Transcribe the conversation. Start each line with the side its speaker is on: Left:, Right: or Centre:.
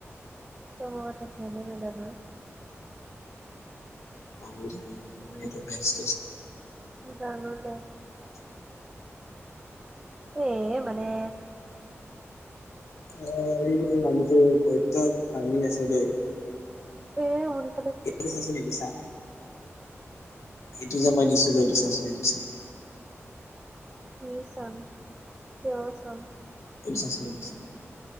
Right: তোমাৰ কথা ভেলে বেলা ন
Left: টো <inaudible>
Right: জানো দে। এ মানে
Left: এ এই কিন্তু মানুহটো বৈদ্য ফানি আছে দেই।
Right: অ হৰি।
Left: এইটো চা চোন এইটো চা। এইটো যে মই দিছো যে এইটো চ খাইছ নে এটো চা।
Right: কি চাম? কিয় চাম?
Left: <unintelligible>